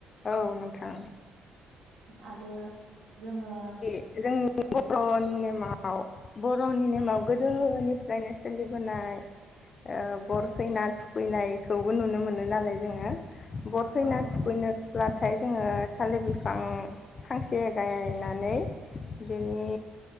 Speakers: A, on the left; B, on the right.
A: औ नोंथां
B: औ आरो जोङो
A: जों <unintelligible> अ बर'नि नेमाव बर'नि नेमाव गोदोनिफ्रायनो सोलिबोनाय ओ बरखैना
B: औ
A: थु खैनायखौबो नुनो मोनो नालाय जोङो बरखैना
B: ओ ओ
A: थुखैनोब्ला
B: औ
A: नाथाय जोङो थालिर बिफां फांसे गायनानै बेनि